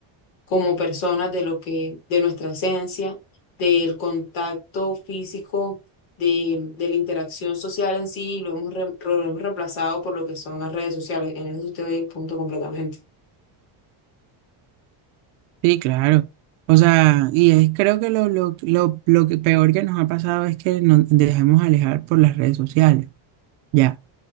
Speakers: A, on the left; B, on the right.
A: como personas, de lo que, de nuestra esencia, del contacto físico, de, de la interacción social en sí, y lo hemos, re- lo hemos reemplazado por lo que son las redes sociales. En eso te doy el punto completamente.
B: Sí, claro. O sea, y es, creo que lo, lo, lo, lo que peor que nos ha pasado es que nos dejemos alejar por las redes sociales. ya